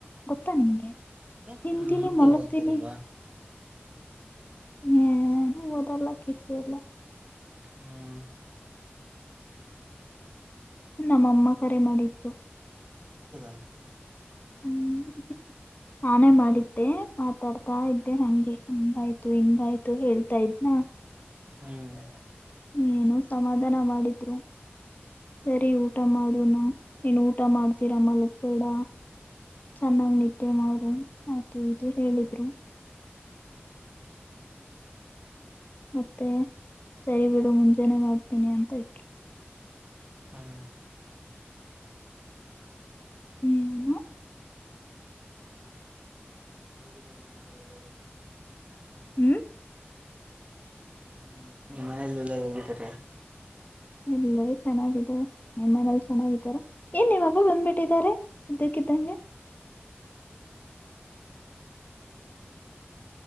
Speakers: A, on the left; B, on the right.
A: ಗೊತ್ತಾ ನಿಂಗೆ
B: ಮೆ
A: ತಿಂತೀನಿ ಮಲಗ್ತೀನಿ
B: ಹೋಗ್ತಿರಲ್ವಾ
A: ಹ್ಮ ಓದಲ್ಲ ಕಿಸಿ ಎಲ್ಲ
B: ಹ್ಮ್
A: ನಮ್ಮಅಮ್ಮ ಕರೆ ಮಾಡಿದ್ದು
B: ಹೌದಾ
A: ಹ್ಮ್ ನಾನೇ
B: ಹ್ಮ್
A: ಮಾಡಿದ್ದೆ ಮಾತಾಡ್ತಾ ಇದ್ದೆ ಹಂಗೆ ಹಂಗಾಯ್ತು ಹಿಂಗಾಯ್ತು ಹೇಳ್ತಾ ಇದ್ನಾ
B: ಹ್ಮ್
A: ಏನು ಸಮಾಧಾನ ಮಾಡಿದ್ರು ಸರಿ ಊಟ
B: ಹೌದು
A: ಮಾಡುನು ಏನ್ ಊಟ ಮಾಡ್ತೀರಾ ಮಲಕ್ ಬೇಡ ಚೆನ್ನಾಗಿ್ ನತ್ಯೆ ಮಾಡು ಅದು ಇದು ಹೇಳಿದ್ರು ಮತ್ತೆ ಸೈ ಬಿಡು ಮುಂಜಾನೆ ಮಾಡ್ತೀನಿ ಅಂತ ಇಟ್ರು
B: ಹ್ಮ್
A: ಹ್ಮ್
B: ಮತ್ತೆ ಹೇಗಿದ್ದ ನಿಮ್ಮ ನೆರೆ
A: ಹ್ಮ್
B: ಹ್ಮ್ ನಿಮ್ಮ ಮನೆಯಲ್ಲಿಲ್ಲ ಹೇಂಗಿದ್ದಾರೆ
A: ಎಲ್ಲರೂ ಚೆನ್ನಾಗಿದ್ದಾರೆ ನಿಮ್ಮನಲ್ ಚೆನ್ನಾಗಿದ್ದಾರ ಏನ್ ನಿಮ್ಮಬ್ಬ ಬಂದ್ಬಿಟ್ಟಿದಿದ್ದಾರೆ ಇದ್ದಕ್ಕಿದ್ದಂಗೆ
B: ಅವರು